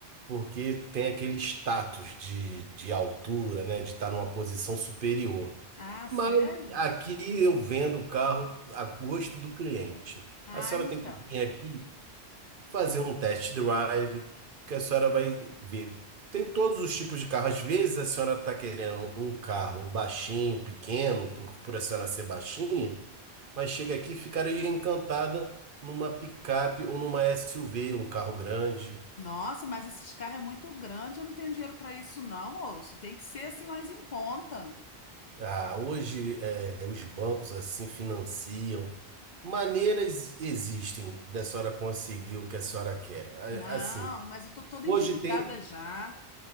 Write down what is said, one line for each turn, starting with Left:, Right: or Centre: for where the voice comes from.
Right: porque tem aquele status de, de altura, né? De estar numa posição superior.
Left: Ah,
Right: Mas
Left: sério?
Right: aqui eu vendo o carro a gosto do cliente.
Left: Ah,
Right: A senhora
Left: então.
Right: tem que vir aqui fazer um test drive, porque a senhora vai ver. Tem todos os tipos de carro. Às vezes a senhora está querendo um carro baixinho, pequeno, por, por a senhora ser baixinha, mas chega aqui e ficaria encantada numa picape ou numa SUV, um carro grande.
Left: Nossa, mas esse carro é muito grande, eu não tenho dinheiro para isso não, moço. Tem que ser assim mais em conta.
Right: Ah, hoje eh, os bancos assim financiam. Maneiras existem da senhora conseguir o que a senhora quer. A-
Left: Não,
Right: Assim,
Left: mas eu tô toda
Right: hoje
Left: endividada
Right: tem,
Left: já.